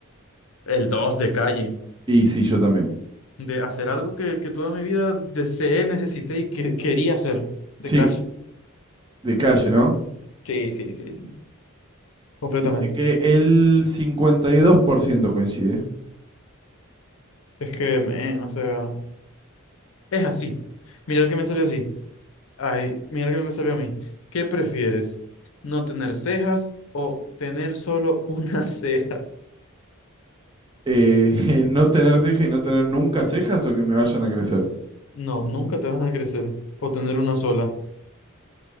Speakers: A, on the left; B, on the right.
A: El dos de calle,
B: y sí, yo también.
A: de hacer algo que, que toda mi vida deseé, necesité y que quería hacer de
B: Sí,
A: calle.
B: de calle, ¿no?
A: Sí, sí, sí, sí. Completamente.
B: Dice que el 52% coincide.
A: Es que, men, o sea, es así. Mirar que me salió así. Ay, mirar que me salió a mí. ¿Qué prefieres? ¿No tener cejas o tener solo una <laughs> ceja?
B: Eh, <laughs> no tener ceja y no tener nunca cejas o que me vayan a crecer.
A: No, nunca te van a crecer. O tener una sola.